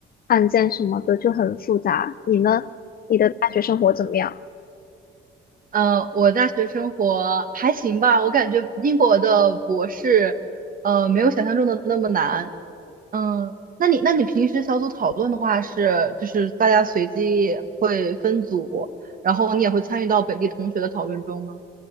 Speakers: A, on the left; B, on the right.
A: 案件什么的，就很复杂。你呢？你的大学生活怎么样？
B: 嗯，我大学生活还行吧，我感觉英国的博士，呃，没有想象中的那么难。嗯，那你那你平时小组讨论的话是，就是大家随机会分组，然后你也会参与到本地同学的讨论中吗？